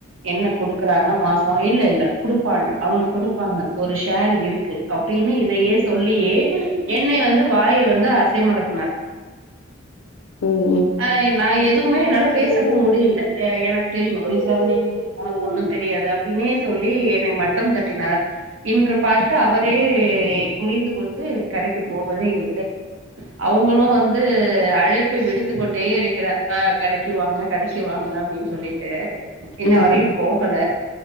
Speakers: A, on the right; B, on the left.
A: என்ன குடுக்குறாங்க மாசோ இல்ல இல்ல குடுப்பாங்க அவுங்க குடுப்பாங்க ஒரு ஷேரு இருக்கு அப் டினு இதையே சொல்லியே என்னை வந்து வாய வந்து அ சை மடக்குனார்
B: ம், ம்,
A: ஆ என் நா எதுவுமே என்னால பேசவு முடியில ஆ எனக்கு தெரியு நீ செவனேன்னு இரு ஒனக்கு ஒன்னு தெரியாது அப்டின்னு னே சொல்லி என்னை மட்டம் தட்டினார் இன்று பார்த்து அவரே புரிந்து கொண்டு கடைக்கு போவதே இல்லை அவங்களு வந்து அழைப்பு விடுத்துக் கொண்டே இருக்கிறார் ஆ கடைக்கு வாங்க கடைக்கு வாங் க அப்டின்னு சொல்லிட்டு
B: ம்,
A: இன்ன வரையும் போகல